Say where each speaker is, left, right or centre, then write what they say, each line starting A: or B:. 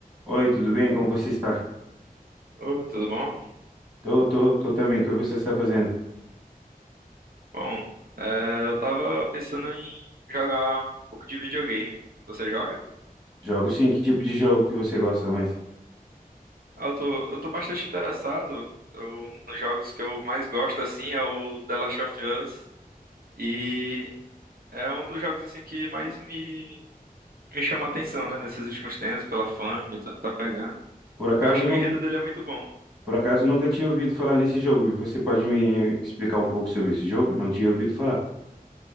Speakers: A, on the right; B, on the right.
A: Oi, tudo bem? Como você está?
B: Ô, tudo bom?
A: Tô, tô, tô também. O que você está fazendo?
B: Bom, é, eu tava pensando em jogar um pouco de videogame. Você joga?
A: Jogo sim. Que tipo de jogo que você gosta mais?
B: Ah, eu tô, eu tô bastante interessado. Eu, nos jogos que eu mais gosto, assim, é o The Last of Us. E é um dos jogos, assim, que mais me, me chama a atenção, né? Nesses últimos tempos, pela fama e tudo que tá pegando.
A: Por acaso
B: Eu acho
A: eu
B: que
A: nunca,
B: o enredo dele é muito bom.
A: por acaso eu nunca tinha ouvido falar nesse jogo. Você pode me explicar um pouco sobre esse jogo? Não tinha ouvido falar.